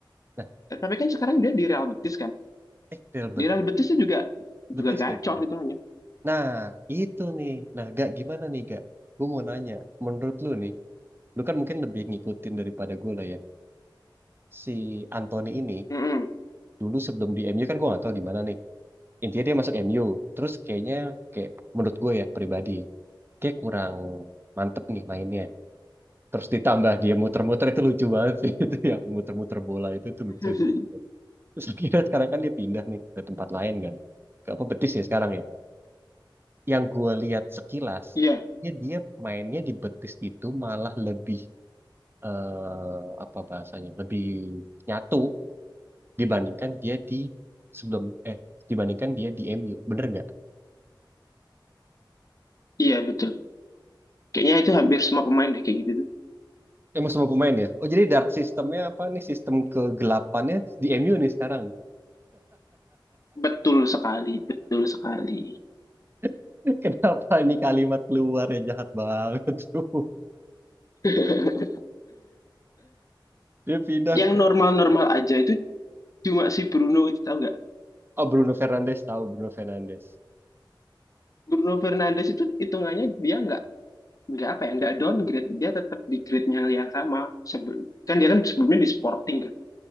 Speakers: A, on the right; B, on the left.
A: Nah,
B: Eh, Tapi kan sekarang dia di Real Betis kan.
A: eh Real Bet
B: Di Real Betis itu juga
A: Betis
B: juga gacor
A: deh tuh.
B: hitungannya.
A: Nah, itu nih. Nah, gak gimana nih, gak? Gue mau nanya, menurut lu nih, lu kan mungkin lebih ngikutin daripada gue lah ya. Si Anthony ini
B: Mm-mm.
A: dulu sebelum di MU kan gue gak tahu di mana nih. Intinya dia masuk MU, terus kayaknya kayak menurut gue ya pribadi, kayak kurang mantep nih mainnya. Terus ditambah dia muter-muter itu lucu banget sih <laughs> itu yang muter-muter bola itu tuh lucu.
B: <laughs>
A: Terus <laughs> akhirnya sekarang kan dia pindah nih ke tempat lain kan. Ke apa Betis ya sekarang ya. Yang gue lihat sekilas,
B: Iya,
A: ya dia mainnya di Betis itu malah lebih eh apa bahasanya lebih nyatu dibandingkan dia di sebelum eh dibandingkan dia di MU bener nggak?
B: iya betul. Kayaknya itu hampir semua pemain deh kayak gitu.
A: Emang semua pemain ya? Oh jadi dark sistemnya apa nih sistem kegelapannya di MU nih sekarang nih.
B: Betul sekali, betul sekali.
A: <laughs> Kenapa ini kalimat keluar ya jahat banget <laughs> tuh
B: <laughs>
A: Dia pindah.
B: Yang normal-normal aja itu cuma si Bruno itu tahu nggak?
A: Oh Bruno Fernandes tahu Bruno Fernandes.
B: Bruno Fernandes itu hitungannya dia nggak nggak apa ya nggak downgrade dia tetap di grade-nya yang sama sebelum kan dia kan sebelumnya di Sporting kan